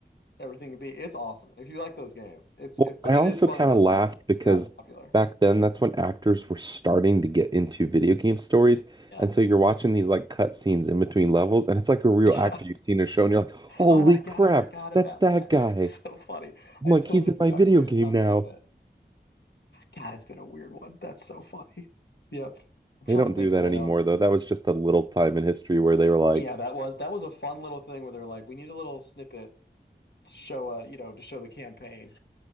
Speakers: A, on the left (about 70°); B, on the right (about 25°).
A: everything could be. It's awesome. If you like those games, it's,
B: Well,
A: it's, but
B: I
A: it
B: also
A: is funny
B: kind
A: that
B: of laughed
A: like
B: because
A: it's that popular.
B: back then that's when actors were starting to get into video game stories.
A: Yeah.
B: And so you're watching these like cut scenes in between levels and it's like a real
A: <laughs>
B: actor
A: Yeah.
B: you've seen in a show and you're like, holy
A: Oh my
B: crap,
A: God, I forgot
B: that's
A: about
B: that
A: that.
B: guy.
A: <laughs> That's so funny.
B: I'm
A: I
B: like,
A: totally
B: he's in
A: forgot
B: my video
A: Command
B: game
A: and Conquer
B: now.
A: did that. God, it's been a weird one. That's so funny. Yep. I'm
B: They
A: trying
B: don't
A: to think
B: do that
A: of what
B: anymore
A: else,
B: though.
A: man.
B: That was just a little time in history where they were like,
A: Yeah, that was that was a fun little thing where they're like, we need a little snippet to show uh, you know, to show the campaign